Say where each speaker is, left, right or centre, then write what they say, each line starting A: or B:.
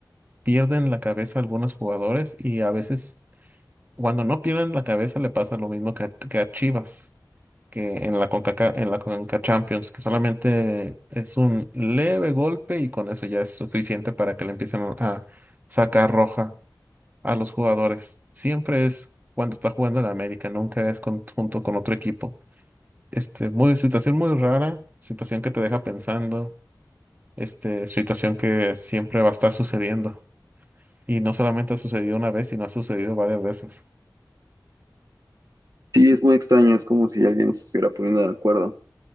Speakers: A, on the right; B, on the right.
A: pierden la cabeza algunos jugadores y a veces cuando no pierden la cabeza le pasa lo mismo que a, que a Chivas, que en la CONCACA, en la CONCACAF Champions, que solamente es un leve golpe y con eso ya es suficiente para que le empiecen a a sacar roja a los jugadores. Siempre es cuando está jugando el América, nunca es con- junto con otro equipo. Este, muy, situación muy rara, situación que te deja pensando, este, situación que siempre va a estar sucediendo. Y no solamente ha sucedido una vez, sino ha sucedido varias veces.
B: Sí, es muy extraño, es como si alguien se estuviera poniendo de acuerdo.